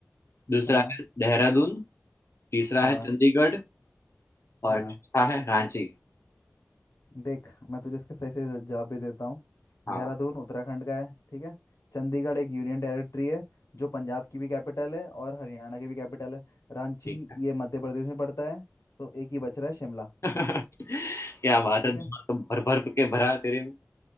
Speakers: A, on the left (about 60°); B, on the left (about 85°).
A: दूसरा
B: हाँ
A: है देहरादून तीसरा
B: हाँ
A: है चंडीगढ़ और
B: हाँ
A: चौथा है रांची
B: देख मैं तुझे इसके सही सही जवाब भी देता हूँ
A: हाँ
B: देहरादून उत्तराखंड का है ठीक है चंडीगढ़ एक यूनियन टेरिटरी है जो पंजाब की भी कैपिटल है और हरियाणा की भी कैपिटल है रांची
A: ठीक है
B: ये मध्य प्रदेश में पड़ता है तो एक ही बच रहा है शिमला
A: <laughs> क्या बात है
B: ठीक है
A: दिमाग तो भर भर के भरा है तेरे में